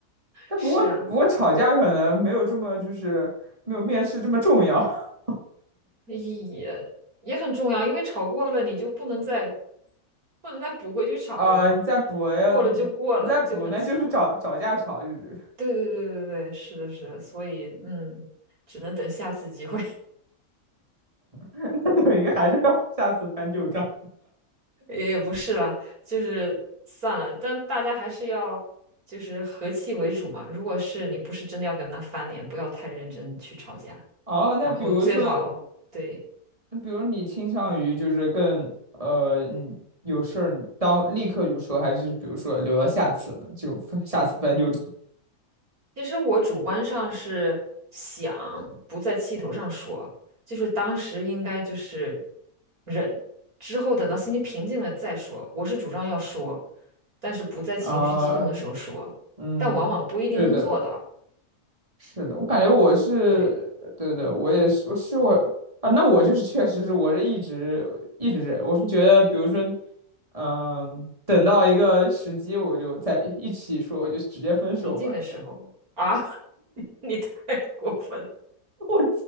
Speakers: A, on the right; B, on the right.
A: 但不过不过吵架可能没有这么就是没有面试这么重要
B: 是啊，
A: <laughs>
B: 也也很重要，因为吵过了你就不能再不能再补回去吵了嘛，
A: 啊、你再补要你你再补，
B: 过了就过了，就很奇怪。
A: 那就是找找架吵，就是。
B: 对对对对对，是的，是的，所以嗯，只能等下次机会。
A: <laughs> 那等于还是要 <laughs> 下次翻旧账。
B: 也不是了，就是算了，但大家还是要就是和气为主嘛。如果是你不是真的要跟他翻脸，不要太认真去吵架，
A: 哦，那比如说，
B: 然后最好对。
A: 比如你倾向于就是更呃，你有事儿你当立刻就说，还是比如说留到下次呢？就翻下次翻旧账
B: 其实我主观上是想不在气头上说，就是当时应该就是忍，之后等到心情平静了再说。我是主张要说，但是不在情绪激动的时候说，
A: <laughs> 啊，嗯，
B: 但往往不一定能做到。
A: 是的，是的，我感觉我是，
B: 对。
A: 对对，我也是，我是我啊，那我就是确实是，我是一直一直忍，我是觉得，比如说，嗯、等到一个时机，我就在一起说，我就直接分手吧，
B: 临静的时候啊，
A: 这样。
B: <laughs> 你太过分了。
A: 我